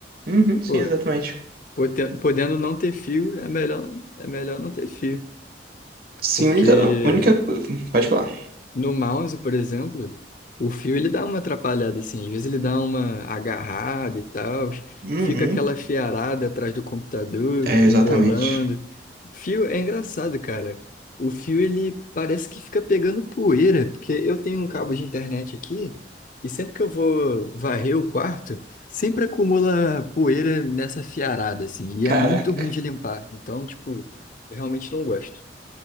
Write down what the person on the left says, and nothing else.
Pô,
poten- podendo não ter fio, é melhor, é melhor não ter fio.
Porque
No mouse, por exemplo, o fio ele dá uma atrapalhada assim, às vezes ele dá uma agarrada e tal,
fica aquela fiarada atrás do computador,
embolando. Fio é engraçado, cara. O fio ele parece que fica pegando poeira, porque eu tenho um cabo de internet aqui e sempre que eu vou varrer o quarto, sempre acumula poeira nessa fiarada assim, e
é muito ruim de limpar. Então, tipo, eu realmente não gosto.